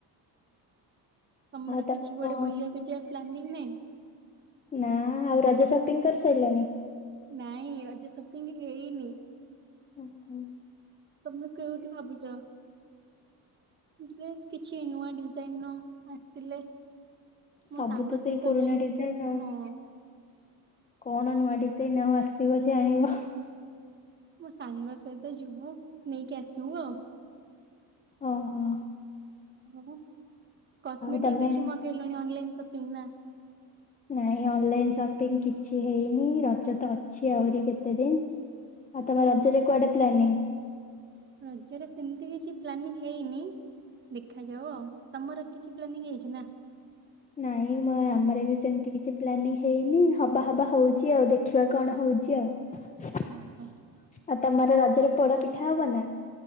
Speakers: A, on the right; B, on the left.
A: ତମର
B: ଆଉ ତମେ
A: କିଛି କୁଆଡେ
B: କଣ
A: ବୁଲିବାକୁ ଯାଅ ପ୍ଲନିଂ ନାଇଁ?
B: ନା ଆଉ ରଜ ସପିଙ୍ଗ କରିସାରିଲାଣି?
A: ନାଇଁ ରଜ ସପିଂ ହେଇନି।
B: ଓହୋ।
A: ତମେ କେଉଠି ଭାବୁଚ? ଡ୍ରେସ କିଛି ନୂଆ ଡିଜାଇନ ର ଆସିଥିଲେ
B: ସବୁ
A: ମୋ ସାଙ୍ଗ
B: ତ ସେଇ
A: ସହିତ
B: ପୁରୁଣା
A: ଯାଇ
B: ଡିଜାଇନ ଆଉ।
A: ହଁ
B: କଣ ନୂଆ ଡିଜାଇନ ଆଉ ଆସିବ ଯେ ଆଣିବ।
A: ମୋ ସାଙ୍ଗ ସହିତ ଯିବୁ ନେଇକି ଆସିବୁ ଆଉ।
B: ଓ ହୋ।
A: ଆଉ କସ୍ମେଟିକ
B: ତମେ
A: କିଛି ମଗେଇଲୁଣି ଅନଲାଇନ ସବୁ ପ ନା
B: ନାଇଁ ଅନଲାଇନ ସପିଙ୍ଗ କିଛି ହେଇନି ରଜ ତ ଅଛି ଆହୁରି କେତେ ଦିନ। ଆଉ ତମ
A: ହଁ।
B: ରାଜରେ କୁଆଡେ ପ୍ଲାନିଂ
A: ରଜରେ ସେମତି କିଛି ପ୍ଲାନିଂ ହେଇନି ଦେଖାଯାଉ ଆଉ ତମର କିଛି ପ୍ଲାନିଂ ହେଇଛି ନା?
B: ନାଇଁ ମ ଆମର ବି ସେମିତି କିଛି ପ୍ଲାନିଂ ହେଇନି ହବା ହବା ହଉଛି ଆଉ ଦେଖିବା କଣ ହଉଛି ଆଉ। ଆଉ
A: ଓହୋ
B: ତମର ରଜ ରେ ପୋଡ଼ ପିଠା ହେବନା?